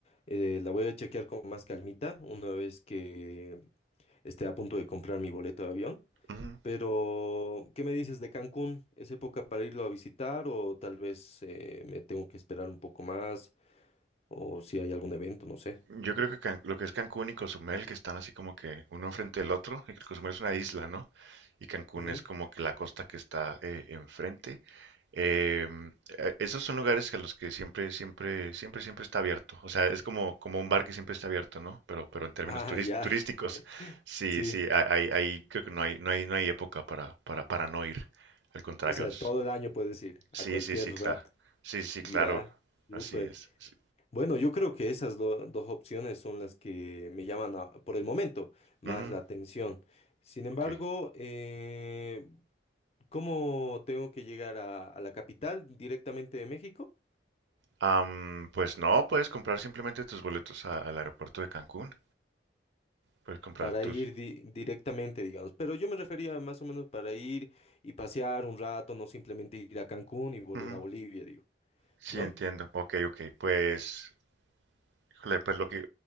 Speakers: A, on the left; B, on the right.
A: eh, la voy a chequear con más calmita una vez que esté a punto de comprar mi boleto de avión.
B: Ujú.
A: Pero, ¿qué me dices de Cancún? ¿Es época para irlo a visitar o tal vez eh, me tengo que esperar un poco más o si hay algún evento, no sé?
B: Yo creo que Can- lo que es Cancún y Cozumel, que están así como que uno enfrente del otro, y que Cozumel es una isla, ¿no? Y Cancún
A: Ujú.
B: es como que la costa que está eh, enfrente. Em, eh, esos son lugares que a los que siempre, siempre, siempre, siempre está abierto. O sea, es como, como un bar que siempre está abierto, ¿no? Pero, pero en términos
A: Ah,
B: turis-
A: ya.
B: turísticos,
A: <laughs>
B: sí,
A: Sí,
B: sí, a- ahí, ahí creo que no hay, no hay, no hay época para, para, para no ir. Al contrario,
A: o sea,
B: es...
A: todo el año puedes ir,
B: Sí,
A: a cualquier
B: sí, sí, claro.
A: rato.
B: Sí, sí,
A: Ya,
B: claro.
A: súper.
B: Así es. Sí.
A: Bueno, yo creo que esas do- dos opciones son las que me llaman a- por el momento más
B: Ujú,
A: la atención. Sin embargo,
B: ok.
A: eh, ¿cómo tengo que llegar a, a la capital directamente de México?
B: Am, pues no, puedes comprar simplemente tus boletos a- al aeropuerto de Cancún. Puedes comprar
A: Para
B: tus...
A: ir di- directamente, digamos. Pero yo me refería más o menos para ir y pasear un rato, no simplemente ir a Cancún y volver
B: Ujú,
A: a Bolivia, digo,
B: Sí,
A: ¿no?
B: entiendo. Ok, ok. Pues Híjole, pues lo que,